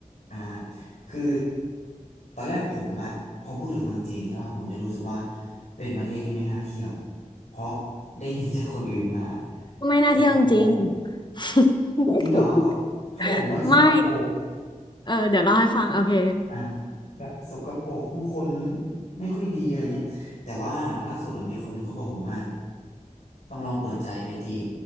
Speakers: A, on the left (about 70°); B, on the left (about 35°).
A: อ่าคือตอนแรกผมอะพอพูดถึงเมืองจีนใช่ป่ะผมจะรู้สึกว่าเป็นประเทศที่ไม่น่าเที่ยวเพราะได้ยินจากคนอื่นมา
B: ไม่น่าเที่ยวจริงๆ
A: สกปรก
B: <laughs>
A: จริงเหรอเขาเขาบอกผมว่าสกปรก
B: ไม่เออเดี๋ยวเล่าให้ฟังโอเค
A: อ่าแบบสกปรกผู้คนไม่ค่อยดีอะไรเงี้ยแต่ว่าล่าสุดอะมีคนหนึ่งเขาบอกผมว่าต้องลองเปิดใจไปจีน